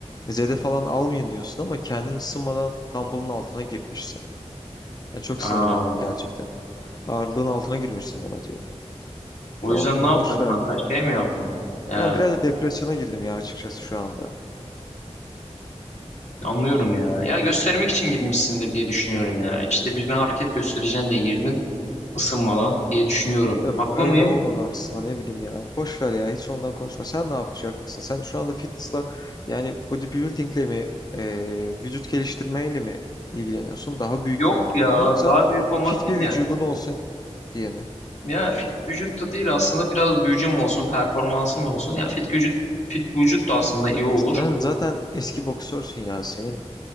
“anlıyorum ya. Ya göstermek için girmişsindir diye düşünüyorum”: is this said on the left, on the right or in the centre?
Left